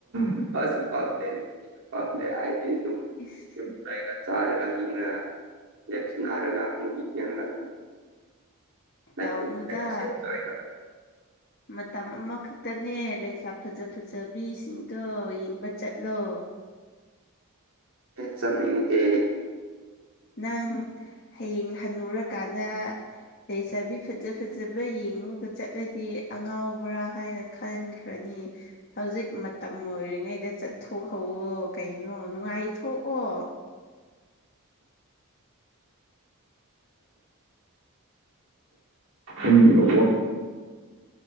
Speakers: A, on the right; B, on the left.
A: ꯅꯨꯄꯥꯁꯨ ꯄꯥꯝꯗꯦ ꯅꯨꯄꯤꯁꯨ ꯄꯥꯝꯗꯦ ꯍꯥꯏꯗꯤ ꯑꯗꯨꯝ
B: ꯏꯁ
A: ꯌꯨꯝ ꯂꯩꯔꯒ ꯆꯥꯔꯒ ꯍꯤꯡꯉꯒ ꯒꯦꯝꯁꯅꯥꯔꯒ ꯃꯨꯕꯤ ꯌꯦꯡꯉꯒ ꯑꯗꯨꯝ ꯂꯩꯕ
B: ꯇꯧꯅꯨꯗ
A: ꯂꯩꯕꯁꯦ ꯑꯦꯟꯖꯣꯏ ꯇꯧꯋꯦ
B: ꯃꯇꯝ ꯑꯃꯈꯛꯇꯅꯦ ꯂꯩꯁꯥ ꯐꯖ ꯐꯖꯕꯤꯁꯤꯡꯗꯣ ꯌꯦꯡꯕ ꯆꯠꯂꯣ
A: ꯆꯠꯅꯤꯡꯗꯦ
B: ꯅꯪ ꯍꯌꯦꯡ ꯍꯟꯅꯨꯔꯀꯥꯟꯗ ꯂꯩꯁꯥꯕꯤ ꯐꯖ ꯐꯖꯕ ꯌꯦꯡꯉꯒ ꯆꯠꯂꯗꯤ ꯑꯉꯥꯎꯕ꯭ꯔꯥ ꯍꯥꯏꯅ ꯈꯟꯈ꯭ꯔꯅꯤ ꯍꯧꯖꯤꯛ ꯃꯇꯝ ꯑꯣꯏꯔꯤꯉꯩꯗ ꯆꯠꯊꯣꯛꯍꯧꯋꯣ ꯀꯩꯅꯣ ꯅꯨꯡꯉꯥꯏꯊꯣꯛꯑꯣ
A: ꯑꯩꯒꯤ <inaudible>